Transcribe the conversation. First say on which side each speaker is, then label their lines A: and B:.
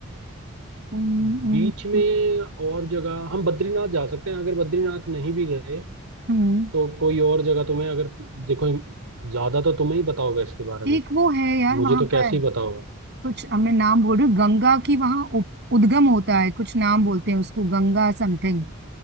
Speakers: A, on the right; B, on the right.
A: हम्म,
B: बीच
A: हम्म,
B: में
A: हम्म।
B: और जगह हम बद्रीनाथ जा सकते हैं अगर बद्रीनाथ नहीं भी गए
A: हम्म।
B: तो कोई और जगह तुम्हें अगर देखो ज्यादा तो तुम्हें ही पता होगा इसके बारे में
A: एक वो है यार
B: मुझे
A: वहां
B: तो
A: पर
B: कैसे ही पता होगा
A: कुछ अब मैं नाम बोल रही हूँ गंगा की वहां उप- उद्गम होता है कुछ नाम बोलते हैं उसको गंगा समथिंग